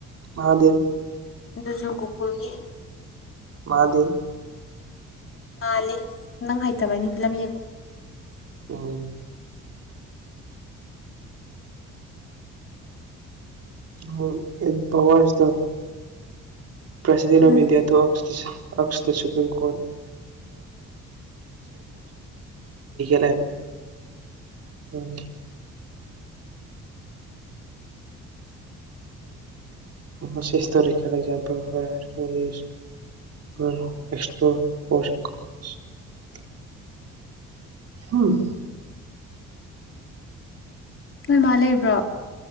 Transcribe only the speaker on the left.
ꯑꯗꯨꯁꯨ ꯒꯣꯀꯨꯜꯒꯤ
ꯃꯥꯂꯦ ꯅꯪ ꯍꯩꯇꯕꯒꯤꯅꯤ ꯐꯤꯂꯝ ꯌꯦꯡꯕ
ꯎꯝ
ꯅꯣꯏ ꯃꯥꯥ ꯂꯩꯕ꯭ꯔꯣ